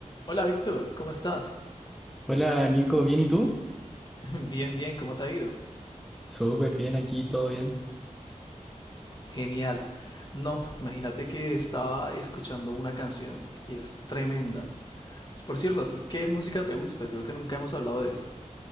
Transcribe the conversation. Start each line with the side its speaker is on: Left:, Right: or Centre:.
Left: Hola Víctor, ¿cómo estás?
Centre: Hola Nico, ¿bien y tú?
Left: <laughs> Bien, bien, ¿cómo te ha ido?
Centre: Súper bien aquí, todo bien.
Left: Genial. No, imagínate que estaba escuchando una canción que es tremenda. Por cierto, ¿a ti qué música te gusta? Creo que nunca hemos hablado de esto.